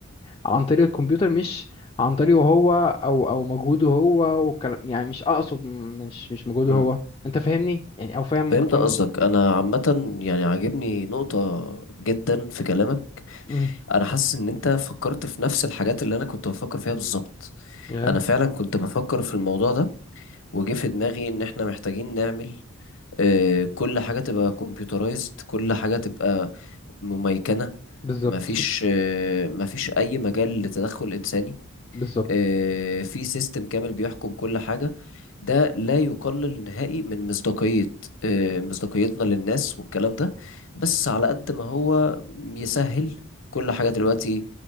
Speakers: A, on the left; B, on the left.
A: عن طريق الكمبيوتر مش عن طريقه هو او او مجهوده هو والكلام يعني مش اقصد مش مش مجهوده
B: مم.
A: هو انت فاهمني يعني او فاهم ممكن
B: فهمت
A: اكون
B: قصدك أنا عامة يعني عاجبني نقطة جدا في كلامك
A: امم
B: انا حاسس ان انت فكرت في نفس الحاجات اللي انا كنت بفكر فيها بالظبط
A: يا
B: انا فعلا كنت بفكر في الموضوع ده وجه في دماغي ان احنا محتاجين نعمل آه، كل حاجة تبقى كمبيوترايزد كل حاجة تبقى مميكنة
A: بالظبط
B: مفيش آه، مفيش اي مجال لتدخل انساني
A: بالظبط
B: آه، في سيستم كامل بيحكم كل حاجة ده لا يقلل نهائي من مصداقية آه، مصداقيتنا للناس والكلام ده بس على قد ما هو يسهل كل حاجة دلوقتي